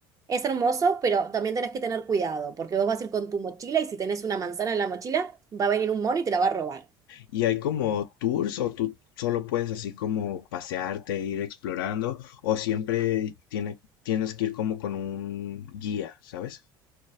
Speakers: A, on the right; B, on the left.
A: Es hermoso, pero también tenés que tener cuidado, porque vos vas a ir con tu mochila y si tenés una manzana en la mochila, va a venir un mono y te la va a robar.
B: ¿Y hay como tours o tú solo puedes así como pasearte, e ir explorando o siempre tiene, tienes que ir como con un guía, ¿sabes?